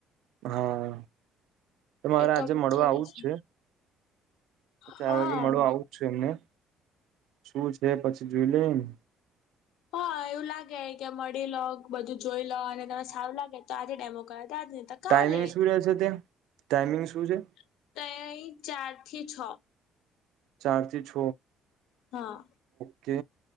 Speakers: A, on the right; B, on the left.
A: હા, મારે
B: એ
A: આજે
B: તો આપડે
A: મળવા આવું જ છે. ચાર
B: હા
A: વાગે મળો આવું જ છું એમને શું છે પછી જોઈ લઈ એને.
B: હા, એવું લાગે કે મળી લો, બધું જોઈ લો અને તને ન સારુ લાગે તો આજે ડેમો. આજ નેતો કાલે
A: ટાઈમિંગ શું રહે છે ત્યાં ટાઈમિંગ શું છે
B: <unintelligible> તય. ચાર થી છ.
A: ચાર થી છ.
B: હા
A: કે